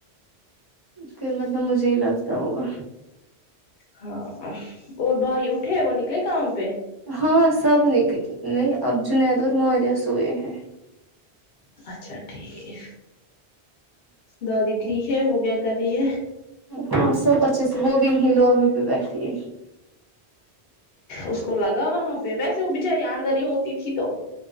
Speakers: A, on the right (about 30°); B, on the left (about 65°).
A: پھر مطلب مجھے ہی لگتا ہوگا
B: ہاں اور بھائی اٹھے وہ نکلے کام پہ
A: ہاں سب لیکن اب جنید اور ماریہ سوئے ہیں
B: اچھا ٹھیک ہے دادی ٹھیک ہے وہ کیا کر رہی ہے
A: ہاں سب اچھے سے وہ بھی ہی لوبی پہ بیٹھی ہے
B: اس کو لگا وہاں پہ ویسے وہ بچاری آمداری ہوتی تھی تو